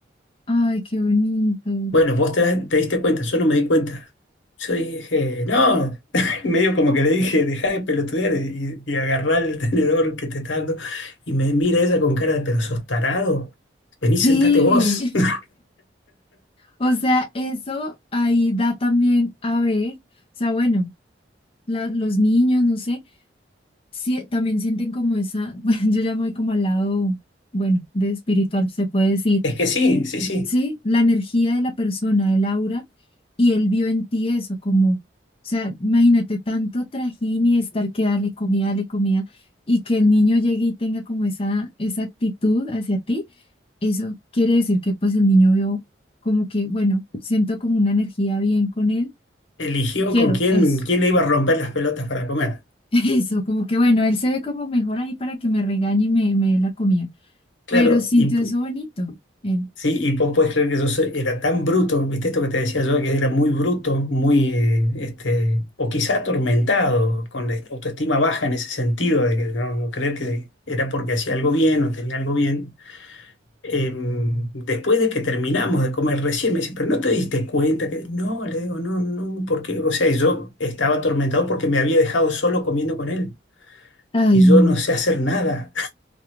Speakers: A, on the left; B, on the left.
A: Ay, qué bonito.
B: Bueno, vos te, das- te diste cuenta, yo no me di cuenta. Yo dije, no, <laughs> y medio como que le dije, dejá de pelotudear y, y agarrá el tenedor que te está dando. Y me mira ella con cara de, pero sos tarado, vení, sentate
A: Sí.
B: vos. <laughs>
A: O sea, eso ahí da también a ver, o sea, bueno, la- los niños, no sé, sí, también sienten como esa, <laughs> bueno, yo ya me voy como al lado, bueno, de espiritual, se puede decir.
B: Es que sí, sí, sí.
A: ¿sí? La energía de la persona, el aura, y él vio en ti eso, como, o sea, imagínate tanto trajín y estar que dale comida, dale comida, y que el niño llegue y tenga como esa, esa actitud hacia ti, eso quiere decir que pues el niño vio como que, bueno, siento como una energía bien con él,
B: Eligió
A: quiero
B: con quién,
A: eso.
B: quién le iba a romper las pelotas para comer.
A: <laughs> Eso, como que bueno, él se ve como mejor ahí para que me regañe y me, me dé la comida,
B: Claro,
A: pero sintió
B: y,
A: eso bonito. Él,
B: Sí, y vos podés creer que yo soy- era tan bruto, viste esto que te decía yo, que era muy bruto, muy, eh, este, o quizá atormentado, con la autoestima baja en ese sentido, de que no, no creer que era porque hacía algo bien o tenía algo bien. Em, después de que terminamos de comer recién, me dice, pero no te diste cuenta que, no, le digo, no, no, porque, o sea, yo estaba atormentado porque me había dejado solo comiendo con él
A: ay,
B: y yo
A: no.
B: no sé hacer nada. <laughs>